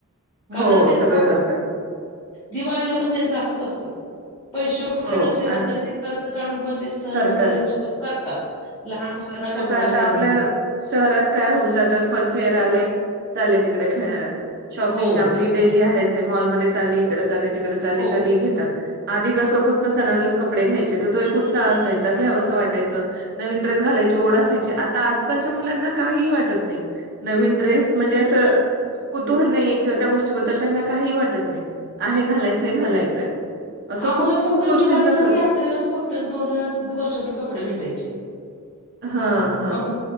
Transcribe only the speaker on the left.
का
तर ते
ना
दिवाळीला पण त्यांच असंच असतं. पैसे वगैरे
नसले ना
तरी ते कर्ज काढून पण ते सण
वगैरे उत्सव करतात. लहान मुलांना
कपडे
वगैरे
आणतात.
हो,
हो, हो.
हो.
आम्हाला
फक्त
दिवाळीला
आणि यात्रेलाच फक्त दोन वेळाच वर्षातून कपडे भेटायचे.
हो, हो.